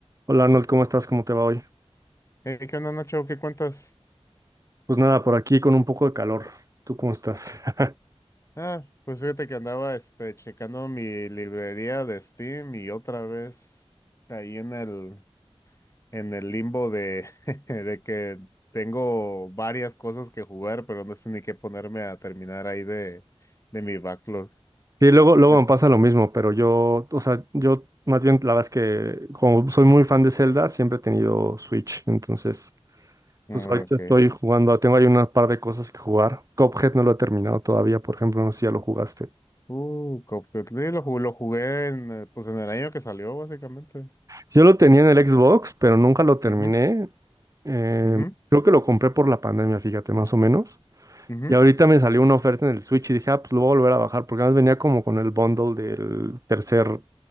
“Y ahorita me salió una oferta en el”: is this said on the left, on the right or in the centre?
Right